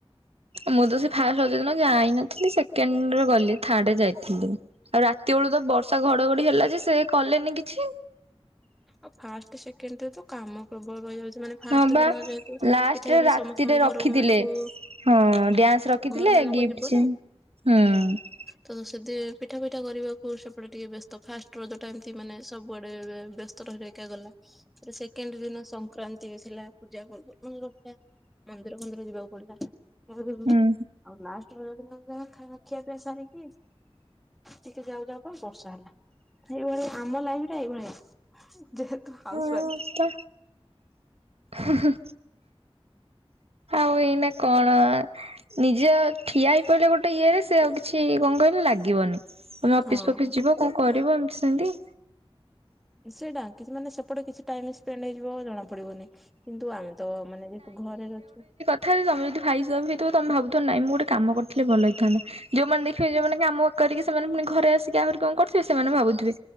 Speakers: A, on the right; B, in the centre.
A: ମୁଁ ତ ସେ ଫାଷ୍ଟ ରଜ ଦିନ ଯାଇନଥିଲି। ସେକେଣ୍ଡରେ ଗଲି, ଥାର୍ଡରେ ଯାଇଥିଲି। ଆଉ ରାତି ବେଳୁ ତ ବର୍ଷା ଘଡଘଡି ହେଲାଯେ, ସେ କଲେନି କିଛି।
B: ଆଉ ଫାଷ୍ଟ ସେକେଣ୍ଡ ରେ ତ କାମ ପ୍ରବଳ ରଇଯାଉଛି ମାନେ ଫାଷ୍ଟ
A: ହଁ ବା
B: ଦିନ ଯେହେତୁ
A: ଲାଷ୍ଟରେ
B: ପିଠା ପଣା
A: ରାତିରେ
B: ସମସ୍ତଙ୍କ
A: ରଖିଥିଲେ।
B: ଘର ମାନଙ୍କୁ
A: ହଁ
B: ହୁଁ
A: ଡ୍ୟାନ୍ସ ରଖିଥିଲେ
B: ଘର ମାନଙ୍କୁ
A: ଗିଫ୍ଟ
B: ଯିବ
A: ସେ
B: ନା
A: ଓମ ହୁଁ।
B: ତ ସେଦି ପିଠା ପିଠା କରିବାକୁ ସେପଟେ ଟିକେ ବ୍ୟସ୍ତ। ଫାଷ୍ଟ ରଜ ଟା ଏମିତି ମାନେ ସବୁଆଡେ ବ୍ୟସ୍ତ। ରହି ରହିକା ଗଲା ସେକେଣ୍ଡ ଦିନ ସଂକ୍ରାନ୍ତି ଥିଲା ପୂଜା ପର୍ବ ରହିଲା। ମନ୍ଦିର ମନ୍ଦିର ଯିବାକୁ ପଡିଲା।
A: ହୁଁ
B: ଆଉ ଲାଷ୍ଟ <inaudible> ଯା ଖା ଖିଆ ପିଆ ସାରିକି ଟିକେ ଯାଉ ଯାଉ ପରେ ବର୍ଷା ହେଲା ଏଇଭଳିଆ ଆମ ଲାଇଫରେ ଏଇଭଳିଆ। ଯେହେତୁ ହାଉସ
A: ହଁ
B: ୱାଇଫ।
A: ପା ହୁଁ ହୁଁ। ଆଉ ଏଇନା କଣ ନିଜ ଠିଆ ହେଇ କହିଲେ ଗୋଟେ ଇଏ ରେ ସେ ଆଉ କିଛି କଣ କହିଲେ ଲାଗିବନି ତମେ ଅଫିସ
B: ହଁ
A: ଫଫିସ ଯିବ। କଣ କରିବ ଏମିତି ସେମିତି।
B: ସେ ଡାକିଚି ମାନେ ସେପଟେ କିଛି ଟାଇମ ସ୍ପେଣ୍ଡ ହେଇଯିବ ଜଣା ପଡିବନି। କିନ୍ତୁ ଆମେ ତ ମାନେ ଯେହେତୁ ଘରେ ରହିଛୁ।
A: ତଥାପି ତମେ ଫାଇସପ୍ ହୋଇଥିବ ତମେ ଭାବୁଥିବ ନାଇ ମୁଁ ଗୋଟେ କାମ କରିଥିଲେ ଭଲ ହେଇଥାନ୍ତା। ଯୋଉମାନେ ଦେଖିବେ ଯୋଉମାନେ କାମ କରିକି ସେମାନେ ପୁଣି ଘରେ ଆସିକି ଆହୁରି କଣ କରୁଥିବେ ସେମାନେ ଭାବୁଥିବେ